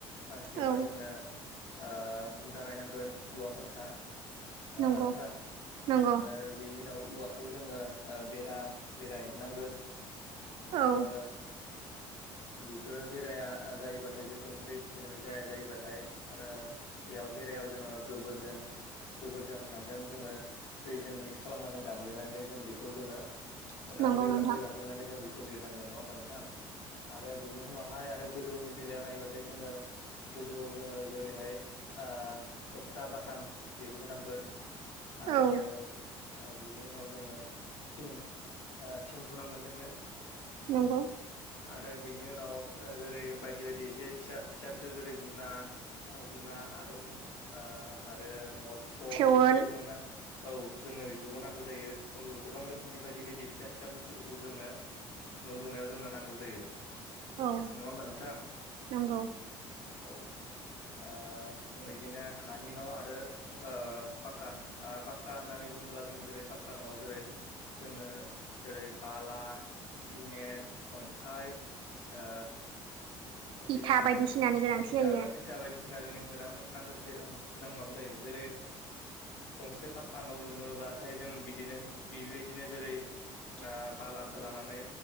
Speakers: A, on the left; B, on the right.
A: फास्ट बेवहाय
B: औ
A: जोंनो ओ खुन्था गायनांगोन औवा खुन्था नङा
B: नंगौ
A: ओमबा नोंथां
B: नंगौ
A: आरो बेनि उनाव औवाखौ खौ जोङो ओ बेरा बेराया हेबनांगोन आरो
B: औ
A: बेफोरो बेराया जायोबाथाय जे कमप्लिट जेनेब जाया जायोबाथाय आरो बेयाव बेरायाव जोङो गोबोरजों गोबोरजों हाजों जोङो दैजों मिक्स खालामनानै गाग्लिनानै जों बेखौ जोङो गाग्लि
B: नंगौ नोंथां
A: गाग्लि गाग्लिनानै जों बेखौ लिरनांगोन नङा ओमबा नोंथां आरो बिनि उनावहाय आरो गोजौनि बेलायाव नायोबाथाय जोङो गोजौआव जोङो जेरैहाय ओ थकथा बाथाम बेखौ होनांगोन आरो
B: औ
A: आरो बेनि उनाव जोङो थिं ओ थिंखौ नांगोन जोंनो
B: नंगौ
A: आरो बिनि उनाव ओ जेरै बायदि बायदि एसे फिसा फिसा फिसौ जेरै गुना गुना आरुं आरो नट बल
B: थेवोल
A: बेखौबो जोङो ना औ जोंनो बेफोरखौ नांगौ जायो गोबां रोखोमनि बायदि बायदि फिसा फिसा बुस्थुफोरखौ जोंनो न' लुनायाव जोंनो नांगौ जायो
B: औ
A: नङा ओमबा नोंथां?
B: नंगौ
A: औ ओ बिदिनो हानि न' आरो ओ पाक्का ओ पाक्का होननानै बुङोब्ला जों जेरै पाक्का न'वाव जेरै जोंनो जेरै बाला सिमेन्ट अन्थाइ ओ बिदिनो
B: इथा बायदिसिनानि गोनांथि
A: इता
B: जायो
A: इता बायदिसिना जोंनो गोनां नांगौथि गोनां माबा जायो जेरै गंसे पाक्का न' लुनोबाथाय जों बिदिनो बेबायदिनो जेरै ओ बालाखो लानानै